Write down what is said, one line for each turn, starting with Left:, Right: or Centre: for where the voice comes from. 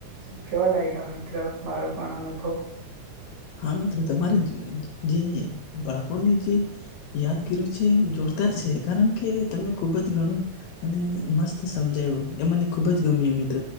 Right: કેવા લાયગા મિત્રો. મારો પણ અનુભવ
Left: હા મિત્ર તમારે જ જે બાળપણની જે યાદગીરો જેમજોરદાર છે કારણ કે તમે ખુબ જ ઘણું અને મસ્ત સમજાયું, એ મને ખુબ જ ગમ્યું મિત્ર.